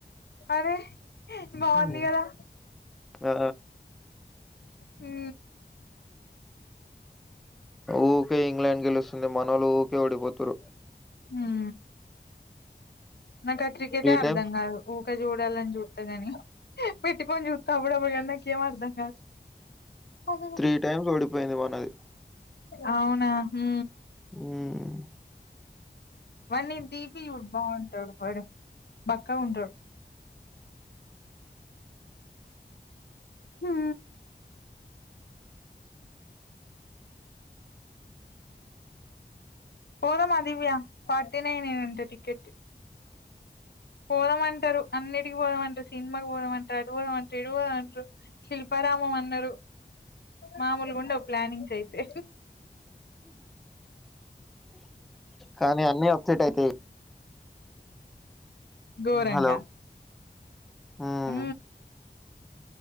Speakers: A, on the left; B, in the centre.
A: అరే బాగుంది
B: హ్మ్.
A: కదా
B: ఆ
A: హూ
B: ఊకే ఇంగ్లాండ్ గెలుస్తుంది మనోళ్లు ఊకే ఓడిపోతురు
A: హా నాకా క్రికెటే అర్థం
B: టైమ్స్
A: కాదు ఊకె చూడాలన్ చూత గాని పెట్టుకొని చూస్తా అప్పుడప్పుటికన్నాకేం అర్ధం కాదు అహు
B: త్రీ టైమ్స్ ఓడిపోయింది మనది
A: అవునా హూ
B: ఊమ్
A: వాని దీపి చూడు బాంటాడు వాడు బక్క గుంటాడు హూ పోదా మా దివ్య ఫార్టీ నైన్ ఏ అంట టికెట్ పోదామంటారు అన్నిటికి పోదామంటారు సినిమాకి పోదామంటారు అటు పోదామంట్రు పోదామంట్రు శిల్పారామం అన్నారు మామూలు గుండ వ్ ప్లానింగ్స్ అయితే
B: కానీ అన్ని అప్సెట్ అయితాయి
A: గోరంగా
B: హలో ఉమ్
A: ఊ